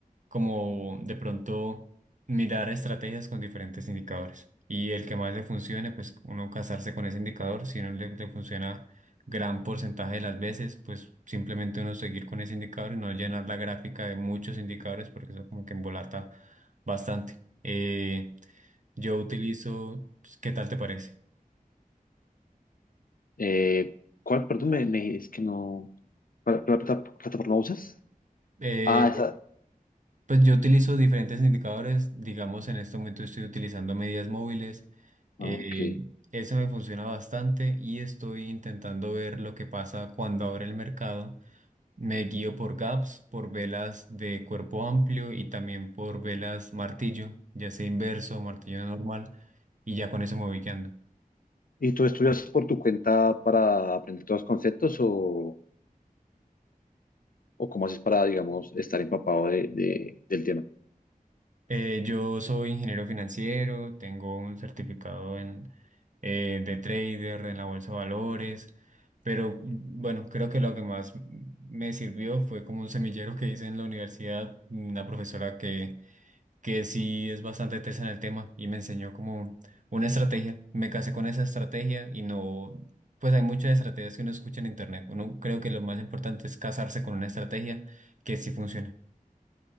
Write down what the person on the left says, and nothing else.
Eh, ¿cuál, perdón, me, me- es que no, ¿cuál, cuál plata- plataforma usas?
Ah, esa,
ah, ok.
¿Y tú estudias por tu cuenta para aprender todos los conceptos o, o cómo haces para, digamos, estar empapado de, de- del tema?